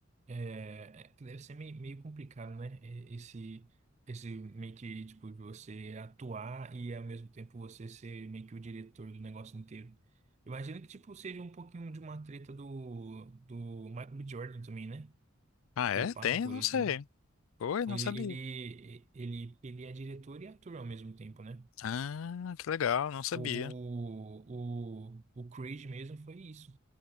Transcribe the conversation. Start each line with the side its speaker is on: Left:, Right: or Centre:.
Right: É, é que deve ser meio, meio complicado, né? E- Esse, esse meio que, tipo, de você atuar e ao mesmo tempo você ser meio que o diretor do negócio inteiro. Imagino que, tipo, seja um pouquinho de uma treta do, do Michael B. Jordan também, né?
Left: Ah, é?
Right: Que ele passa
Left: Tem?
Right: por
Left: Eu Não
Right: isso,
Left: sei.
Right: né?
Left: Oi, não
Right: Ele,
Left: sabia.
Right: ele, ele, ele é diretor e ator ao mesmo tempo, né?
Left: Ah, que legal, não sabia.
Right: O, o, o, o Creed mesmo foi isso.